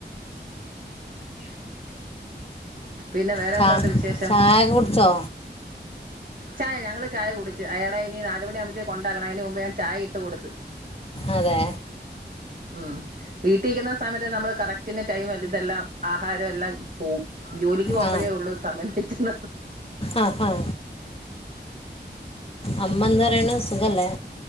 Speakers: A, on the right (about 50°); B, on the left (about 30°).
A: <unintelligible> പിന്നെ വേറെ
B: ചാ
A: എന്തുണ്ട് വിശേഷം
B: ചായ കുടിച്ചോ
A: ചായ ഞങ്ങള്ൾ ചായ കുടിച്ച് അയാളെ ഇനി നാലുമണിയ ആകുമ്പത്തേ കൊണ്ടാക്കണം അതിന് മുമ്പ് ഞാൻ ചായ ഇട്ട് കൊടുത്ത്
B: അതെ
A: ഉം വീട്ടിരിക്കുന്ന സമയത്ത് നമ്മള് കറക്റ്റിന് ടൈമ് ഇതെല്ലാം ആഹാരം എല്ലാം പോവും ജോലിക്ക് പോകുമ്പഴേ
B: ആ
A: ഒള്ളൂ സമയം <unintelligible>
B: ആ ആ അമ്മ എന്ത്പറയ്ണ് സുഖല്ലേ